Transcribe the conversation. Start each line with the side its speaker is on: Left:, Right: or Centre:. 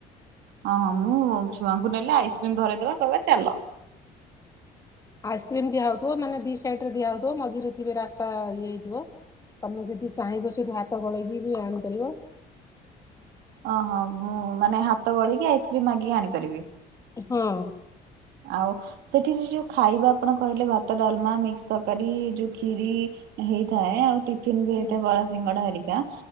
Right: ହଁ ହଁ ମୁଁ ଛୁଆଙ୍କୁ ନେଲେ ଆଇସ୍କ୍ରିମ ଧରଇଦବା କହିବା ଚାଲ।
Left: ଆଇସ୍କ୍ରିମ ଦିଆ ହୋଉଥିବ ମାନେ ଦିଇ ସାଇଟି ରେ ଦିଆ ହୋଉଥିବ ମଝିରେ ଥିବେ ରାସ୍ତା ଇଏ ହେଇଥିବ। ତମେ ଯଦି ଚାହିଁବ ସେଇଠୁ ହାତ ଗୋଳେଇକି ବି ଆଣିପାରିବ।
Right: ଓହୋ ମୁଁ ମାନେ ହାତ ଗଳିକି ଆଇସ୍କ୍ରିମ୍ ମାଗିକି ଆଣିପାରିବି।
Left: ହଁ।
Right: ଆଉ ସେଠି ଯ ଯୋଉ ଖାଇବା ଆପଣ କହିଲେ ଭାତ ଡାଲମା ମିକ୍ସ ତରକାରୀ ଯୋଉ ଖିରି ହେଇଥାଏ ଆଉ ଟିଫିନ ବି
Left: ହଁ
Right: ହେଇଥାଏ ବ ସିଙ୍ଗାରିକା